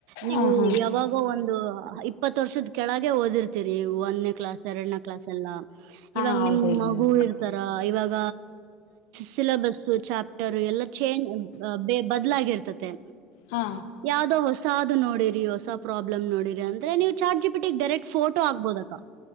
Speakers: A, on the right; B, on the left.
A: ನೀವು
B: ಹ ಹಾ
A: ಯಾವಾಗೋ ಒಂದು ಇಪ್ಪತ್ತು ವರ್ಷದ ಕೆಳಗೆ ಓದಿರ್ತಿೀರಿ ಒಂದನೇ ಕ್ಲಾಸ್ ಎರಡನೇ ಕ್ಲಾಸ್ ಎಲ್ಲ
B: ಹಾ
A: ಇವಾಗ
B: ಹೌದು
A: ನಿಮ್
B: ಹೇಳಮ್ಮ
A: ಮಗು ಇರ್ತಾರ ಇವಾಗ ಸಿಲಬಸ್ ಚಾಪ್ಟರ್ ಎಲ್ಲ ಚೇಂಜ್ ಬದ್ಲಾಗಿರ್ತತೆ
B: ಹಾ
A: ಯಾವ್ದೋ ಹೊಸ ಹೊಸ ಅದು ನೋಡಿರಿ ಹೊಸ ಪ್ರಾಬ್ಲಮ್ ನೋಡಿರಿ ಅಂದ್ರೆ ನೀವು ಚಾರ್ಜಿ ಬಿಟ್ಟಿಗೆ ಡೈರೆಕ್ಟ್ ಫೋಟೋ ಆಗ್ಬೋದಕ್ಕಾ